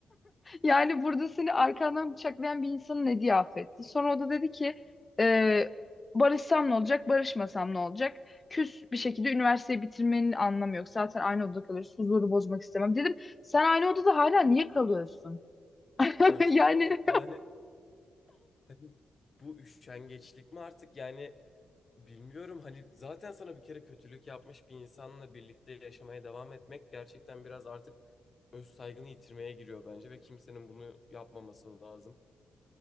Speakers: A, on the left (about 30°); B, on the left (about 45°).
A: Yani burada seni arkandan bıçaklayan bir insanın ne diye affetti. Sonra o da dedi ki e, barışsam ne olacak, barışmasam ne olacak? Küs bir şekilde üniversiteyi bitirmenin anlamı yok. Zaten aynı odada kalıyoruz. Huzuru bozmak istemem. Dedim sen aynı odada hala niye kalıyorsun? <laughs>
B: gerçekten
A: Yani
B: yani hani bu üşengeçlik mi artık yani bilmiyorum hani zaten sana bir kere kötülük yapmış bir insanla birlikte yaşamaya devam etmek gerçekten biraz artık öz saygını yitirmeye giriyor bence ve kimsenin bunu yapmaması lazım.